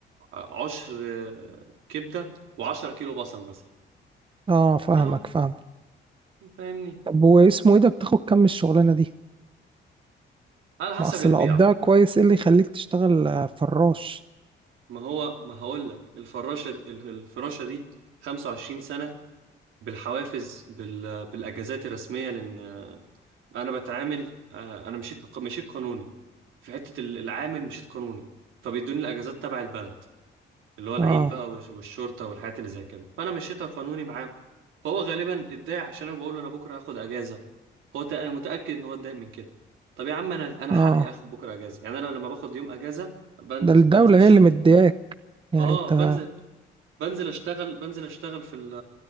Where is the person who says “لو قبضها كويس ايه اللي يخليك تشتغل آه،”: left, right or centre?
Right